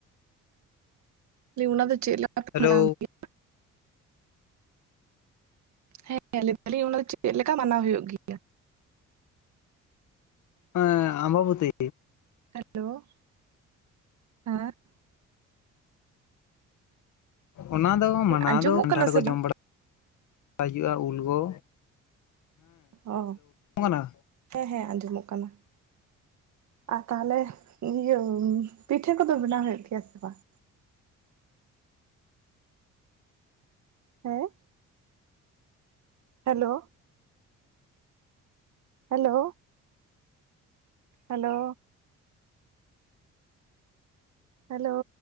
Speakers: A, on the right; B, on the left.
A: ᱚᱱᱟ ᱫᱚ ᱪᱮᱫ ᱞᱟ ᱠᱷ
B: ᱦᱮᱞᱳ
A: <unintelligible> ᱦᱮᱸ ᱞᱟᱹᱭ ᱮᱟᱞᱤᱧ ᱚᱱᱟ ᱫᱚ ᱪᱮᱫ ᱞᱮᱠᱟ ᱢᱟᱱᱟᱣ ᱦᱩᱭᱩᱜ ᱜᱮ
B: ᱦᱮ ᱟᱢᱵᱟᱵᱩᱛᱤ
A: ᱦᱮᱞᱳ ᱦᱮᱸ
B: ᱚᱱᱟ ᱫᱚ ᱢᱟᱱᱟ
A: ᱟᱸᱡᱚᱢᱚᱜ
B: ᱫᱚ ᱠᱟᱱᱴᱷᱟᱲ
A: ᱠᱟᱱᱟ ᱥᱮ
B: ᱠᱚ ᱡᱚᱢ
A: ᱵᱟᱝ
B: ᱵᱟᱲᱟ ᱦᱩᱭᱩᱜᱼᱟ ᱩᱞ ᱜᱚ
A: ᱚ
B: ᱠᱟᱱᱟ?
A: ᱦᱮᱸ ᱦᱮᱸ ᱟᱸᱡᱚᱢᱚᱜ ᱠᱟᱱᱟ ᱟᱨ ᱛᱟᱦᱚᱞᱮ ᱤᱭᱟᱹ ᱯᱤᱴᱷᱟᱹ ᱠᱚᱫᱚ ᱵᱮᱱᱟᱣ ᱦᱩᱭᱩᱜ ᱜᱮᱭᱟ ᱥᱮ ᱵᱟᱝ ᱦᱮᱸ ᱦᱮᱞᱳ ᱦᱮᱞᱳ ᱦᱮᱞᱳ ᱦᱮᱞᱳ